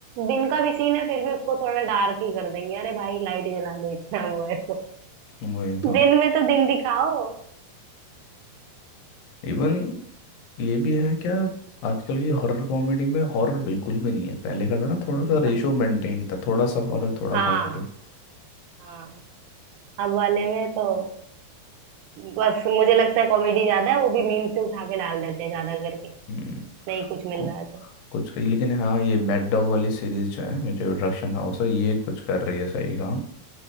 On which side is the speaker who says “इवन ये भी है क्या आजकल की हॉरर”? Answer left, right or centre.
Left